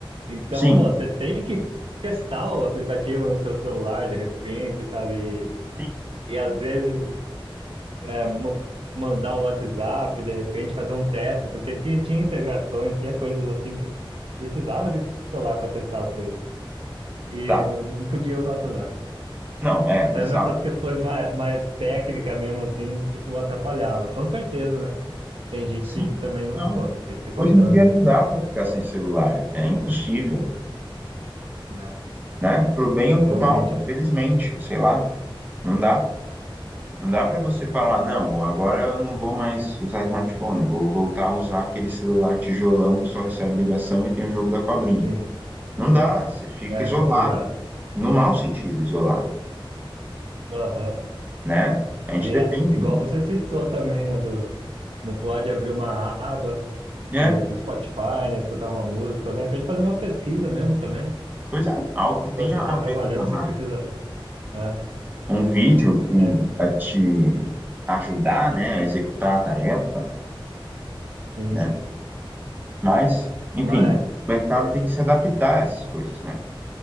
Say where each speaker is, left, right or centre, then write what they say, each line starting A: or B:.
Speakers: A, on the right; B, on the right.
A: Então,
B: Sim,
A: pô, você tem que testar o aplicativo no seu celular de repente, sabe?
B: sim,
A: E às vezes é, mo- mandar um WhatsApp, de repente fazer um teste, porque tinha, tinha integrações, tinha coisas assim que precisava de celular para testar as coisas. E
B: tá.
A: não, não podia usar o celular.
B: Não, é
A: Até
B: bizarro.
A: nessas questões mais, mais técnicas mesmo, assim, tipo, atrapalhava. Com certeza, né? Tem gente
B: Sim,
A: que também não,
B: não.
A: pô, tem que ter controle,
B: Hoje em dia não
A: né?
B: dá pra ficar sem celular, é impossível,
A: Né?
B: né? Pro bem ou pro
A: Realmente,
B: mal,
A: é.
B: infelizmente, sei lá, não dá. Não dá para você falar, não, agora eu não vou mais usar smartphone, vou voltar a usar aquele celular tijolão que só recebe ligação e tem o jogo da cobrinha.
A: Sim,
B: Não dá, você fica
A: é
B: isolado,
A: complicado.
B: no mau sentido, isolado,
A: Aham.
B: né? A gente
A: E
B: depende
A: é, igual
B: muito,
A: você citou também, né? Do, no Pod abrir uma aba
B: né?
A: de, do Spotify, né? Escutar uma música, ou de repente fazer uma pesquisa mesmo também.
B: Pois é, algo que
A: Pô,
B: tenha
A: você
B: a
A: tá trabalhando,
B: ver com o trabalho.
A: você precisa, né?
B: Um vídeo que
A: É,
B: vai te ajudar, né, a executar a tarefa,
A: sim,
B: né?
A: sim.
B: Mas, enfim,
A: Mas,
B: o mercado tem que se adaptar a essas coisas, né?